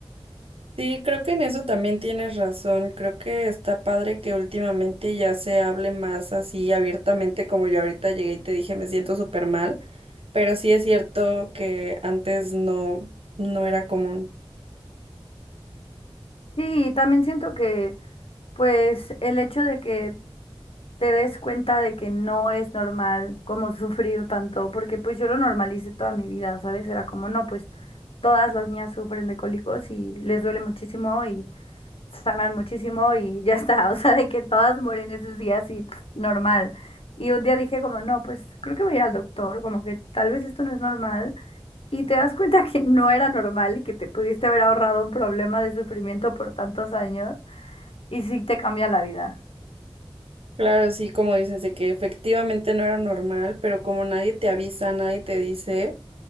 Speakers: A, on the right; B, on the left.
A: Sí, creo que en eso también tienes razón. Creo que está padre que últimamente ya se hable más así abiertamente, como yo ahorita llegué y te dije, me siento súper mal, pero sí es cierto que antes no, no era común.
B: Sí, y también siento que pues el hecho de que te des cuenta de que no es normal como sufrir tanto, porque pues yo lo normalicé toda mi vida, ¿sabes? Era como, no, pues todas las niñas sufren de cólicos y les duele muchísimo y sangran muchísimo y ya está, <laughs> o sea, de que todas mueren esos días y pff, normal. Y un día dije como, no, pues creo que voy a ir al doctor, como que tal vez esto no es normal. Y te das cuenta que no era normal y que te pudiste haber ahorrado un problema de sufrimiento por tantos años y sí te cambia la vida.
A: Claro, sí, como dices, de que efectivamente no era normal, pero como nadie te avisa, nadie te dice,